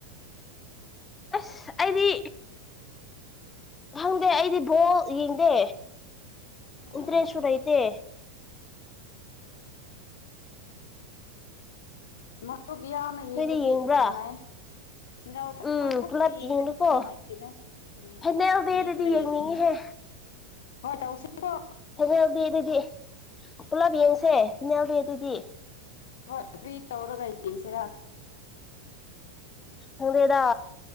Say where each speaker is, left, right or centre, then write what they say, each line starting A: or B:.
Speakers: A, on the left (about 15°); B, on the left (about 60°).
A: ꯑꯁ ꯑꯩꯗꯤ ꯈꯪꯗꯦ ꯑꯩꯗꯤ ꯣ ꯌꯦꯗꯦ
B: ꯑꯣ
A: ꯏꯟꯇ꯭ꯔꯦꯁꯥꯏꯇ
B: ꯃꯔꯨꯕꯤꯌꯥ ꯑꯃ ꯌꯦꯡꯕꯗꯤ
A: ꯅꯣꯏꯗꯤ ꯌꯦꯡꯕ꯭ꯔꯥ
B: ꯅꯨꯡꯉꯥꯏ ꯁꯤꯡꯒꯥꯜ ꯑꯩꯈꯣꯏ
A: ꯎꯝ
B: ꯈꯛꯇ
A: ꯄꯨꯂꯞ
B: ꯌꯦꯡꯗꯗꯤ
A: ꯌꯦꯡꯂꯨꯀꯣ
B: ꯅꯨꯡꯉꯥꯏꯇꯦꯗ ꯎꯝ
A: ꯐꯥꯏꯅꯦꯜ ꯗꯦꯗꯗꯤ
B: ꯃꯤ ꯈꯔ
A: ꯌꯦꯡꯅꯤꯡꯉꯤꯍꯦ
B: ꯌꯦꯡ ꯍꯣꯏ ꯇ ꯎ ꯎꯆꯦꯀꯣ
A: ꯐꯥꯏꯅꯦꯜ ꯗꯦꯗꯗꯤ ꯄꯨꯂꯞ ꯌꯦꯡꯁꯦ ꯎꯕꯤ ꯑꯗꯨꯗꯤ
B: ꯍꯣꯏ ꯐ꯭ꯔꯤ ꯇꯧꯔꯒ ꯌꯦꯡꯁꯤꯔ
A: ꯍꯗꯦꯗꯥ